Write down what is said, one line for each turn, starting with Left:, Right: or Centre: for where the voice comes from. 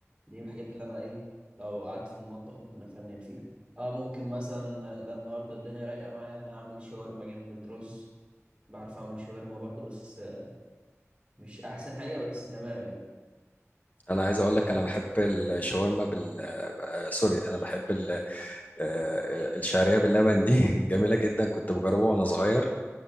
Right: دي من الحاجات اللي انا ايه لو قعدت في المطبخ ممكن افنن فيها اه ممكن مثلا لا النهارده الدنيا رايقه معايا انا هعمل شاورما جنب الرز بعرف اعمل شاورما برضو بس آه، مش احسن حاجه بس تمام يعني
Left: انا عايز اقول لك
Right: بس
Left: انا بحب الشاورما بال آه، سوري انا بحب ال... آه، آه، الشعريه باللبن دي <laughs> جميله جدا كنت بجربها وانا صغير